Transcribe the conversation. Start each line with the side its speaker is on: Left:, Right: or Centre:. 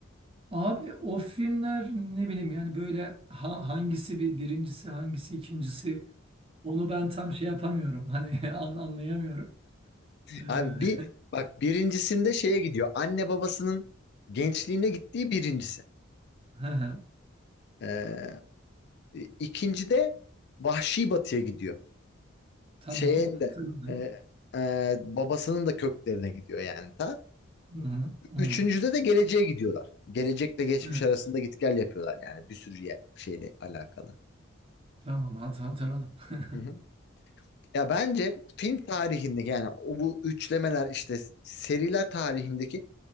Right: Abi o filmler ne bileyim yani böyle ha- hangisi bir birincisi hangisi ikincisi onu ben tam şey yapamıyorum. Hani <laughs> an- anlayamıyorum. Ee,
Left: Abi
Right: <laughs>
Left: bir bak birincisinde şeye gidiyor. Anne babasının gençliğine gittiği birincisi.
Right: hı hı,
Left: Ee, ikinci de Vahşi Batı'ya gidiyor.
Right: tamam
Left: Şeyin
Right: hatırladım.
Left: de e, e, babasının da köklerine gidiyor yani ta.
Right: Hı hı, hı
Left: Üçüncüde
Right: hı.
Left: de geleceğe gidiyorlar. Gelecekle geçmiş
Right: Evet
Left: arasında git gel yapıyorlar yani bir sürü ye- şeyle alakalı.
Right: tamam hat- hatırladım. <laughs>
Left: Hı hı. Ya bence film tarihinde yani o bu üçlemeler işte seriler tarihindeki